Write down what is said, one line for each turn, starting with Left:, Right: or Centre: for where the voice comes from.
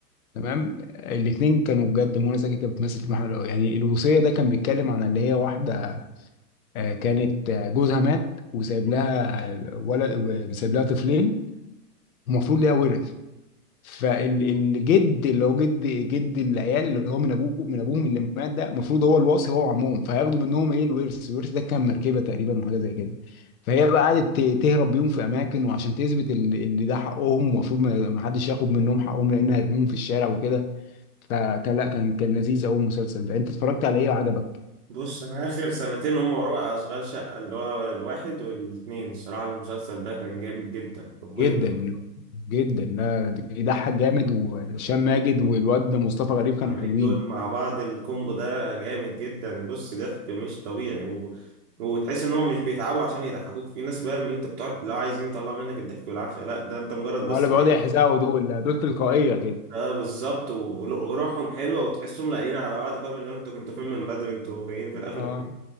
Left: تمام الاتنين كانوا بجد منى زكي كانت بتمثل في محله يعني الوصية ده كان بيتكلم عن اللي هي واحدة آه، كانت آه، جوزها مات وسايب لها ولد سايب لها طفلين المفروض ليها ورث فالجد اللي هو جد جد العيال اللي هو من ابوه من ابوهم اللي مات ده المفروض هو الوصي هو وعمهم فهياخدوا منهم ايه الورث الورث ده كان مركبه تقريبا وحاجه زي كده فهي بقى قعدت ت- تهرب بيهم في اماكن وعشان تثبت ال- اللي ده حقهم ومفروض ما ما حدش ياخد منهم حقهم لان هيرموهم في الشارع وكده فكان لا كان كان لذيذ قوي المسلسل ده انت اتفرجت على ايه وعجبك
Right: بص انا اخر سنتين هم وراء اشغال شقة اللي هو الواحد والاتنين الصراحة المسلسل ده كان جامد جدا قبول
Left: جدا جدا لا بيضحك جامد وهشام ماجد والواد ده مصطفى غريب كانوا
Right: المغرب
Left: حلوين
Right: دول مع بعض الكومبو ده جامد جدا بص ضحك مش طبيعي و... وتحس انهم مش بيتعبوا عشان يضحكوك في ناس بقى من اللي انت بتقعد لو عايزين يطلعوا منك الضحك والعافيه لا ده انت مجرد
Left: ولا
Right: بس
Left: بيقعدوا
Right: ايه
Left: يحزقوا دول لا، دول تلقائيه كده
Right: اه بالظبط وروحهم حلوه وتحسهم لاقيين على بعض فاهم اللي هو انتوا كنتوا فين من بدري انتوا جايين في الاخر
Left: اه